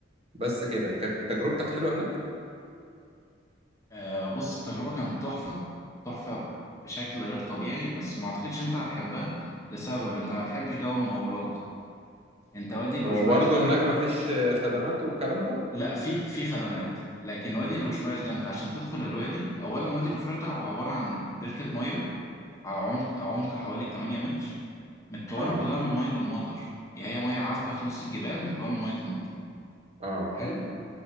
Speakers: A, on the right; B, on the left.
A: بس كده كانت تجربتك حلوه هناك
B: آه، بص التجربة كانت تحفة تحفة بشكل غير طبيعي بس ما اعتقدش إن انت هتحبها لسبب انت ما تحبش جو المغامرات انت وادي الوشواش
A: هو برضه
B: ده
A: هناك مفيش آه، خدمات والكلام ده
B: لا في في خدمات لكن وادي الوشواش ده انت عشان تدخل الوادي اولا وادي الوشواش ده هو عبارة عن بركة مية على عمق عمق حوالي 8 متر متكونة
A: اه
B: كلها من مية المطر يعني هي مية عذبة في نص الجبال متكونة من مية المطر
A: اه
B: حلو